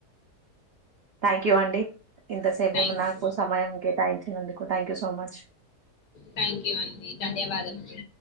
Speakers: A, on the right (about 65°); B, on the left (about 65°).
A: థ్యాంక్ యూ అండి ఇంతసేపు
B: థ్యాంక్
A: నాకు
B: యూ.
A: సమయం కేటాయించినందుకు thank you so much
B: thank you అండి ధన్యవాదములు